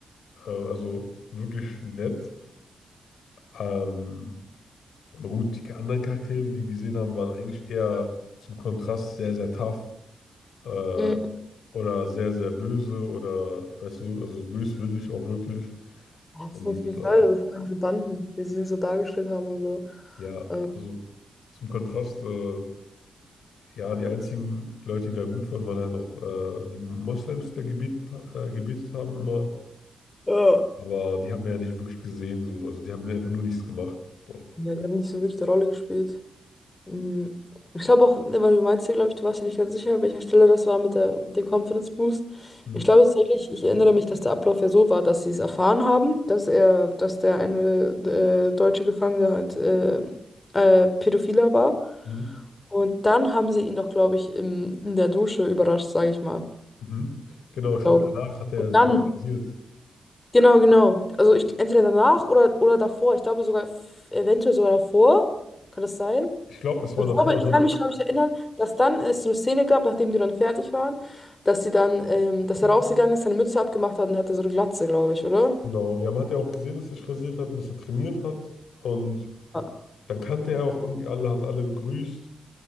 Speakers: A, on the left; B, on the left.
A: Äh, also wirklich nett. Ähm, Aber gut, die anderen Charaktere, die wir gesehen haben, waren eigentlich eher zum Kontrast sehr, sehr tough äh,
B: Mhm.
A: oder sehr, sehr böse oder, weißt du, also böswillig auch wirklich.
B: Auf
A: Und
B: jeden
A: äh,
B: Fall, das sind diese Banden, wie sie sie so dargestellt haben und so.
A: ja,
B: Äh,
A: also zum Kontrast, äh, ja, die einzigen Leute, die da gut waren, waren halt noch äh, die Moslems, die da gebetet, äh, gebetet haben immer.
B: ja.
A: Aber die hat man ja nicht wirklich gesehen, so. Also die haben einfach nur nichts gemacht dort.
B: Ja, die haben nicht so wirklich eine Rolle gespielt. Mhm. Und Ich glaube auch, ne, weil du meinst ja, glaube ich, du warst ja nicht ganz sicher, welcher Stelle das war mit der, mit dem Confidence Boost.
A: Mhm.
B: Ich glaube tatsächlich, ich erinnere mich, dass der Ablauf ja so war, dass sie es erfahren haben, dass er, dass der eine äh, deutsche Gefangene halt äh, äh, Pädophiler war.
A: Mhm.
B: Und dann haben sie ihn doch, glaube ich, im, in der Dusche überrascht, sage ich mal.
A: Mhm. Genau, ich
B: Glaube
A: glaube,
B: ich.
A: danach hat er
B: Und
A: sich
B: dann,
A: auch rasiert.
B: genau, genau. Also ich, entweder danach oder, oder davor. Ich glaube sogar, f- eventuell sogar davor. Kann das sein?
A: Ich glaube, es war
B: Ich
A: davor,
B: glaube, ich
A: das hat,
B: kann mich, glaube ich, erinnern, dass dann es so eine Szene gab, nachdem die dann fertig waren, dass sie dann, ähm, dass er rausgegangen ist, seine Mütze abgemacht hat und er hatte so eine Glatze, glaube ich, oder?
A: Genau, ja, man hat ja auch gesehen, dass er sich rasiert hat und dass er trainiert hat. Und
B: Ah,
A: dann kannte er auch irgendwie alle, hat alle begrüßt.